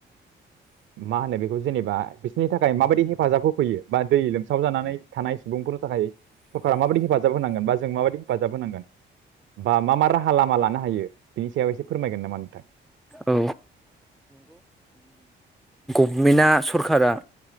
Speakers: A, on the right; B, in the centre.
A: मा होनो बेखौ जेनेबा बिसोरनि थाखाय माबायदि हेफाजाब होफैयो बा दै लोमसाव जानानै थानाय सुबुंफोरनि थाखाय सरकारा माबायदि हेफाजाब होनांगोन बा जों माबायदि हेफाजाब होनांगोन बा मा मा राहा लामा लानो हायो बेनि सायाव एसे फोरमायगोन नामा नोंथां
B: औ बेना सरखारा